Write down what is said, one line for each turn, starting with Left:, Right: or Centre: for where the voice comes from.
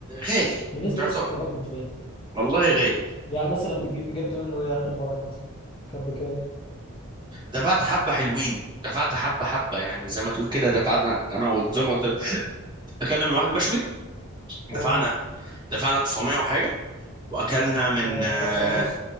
Right: غالي
Left: بالنسبه
Right: تعطى
Left: لقصر الكبابجي مش غالي
Right: والله غالي
Left: يعني مثلا بتجيب جبت منه ايه اخر مره مثلا كان بكام؟
Right: دفعت حبة حلوين دفعت حبة حبة يعني زي ما تقول كده دفعنا أنا قلت زي ما قلت لك، أكلنا من واحد مشوي دفعنا
Left: اه
Right: دفعنا 900 وحاجة وأكلنا من
Left: ف-
Right: آه،
Left: فرخه ونص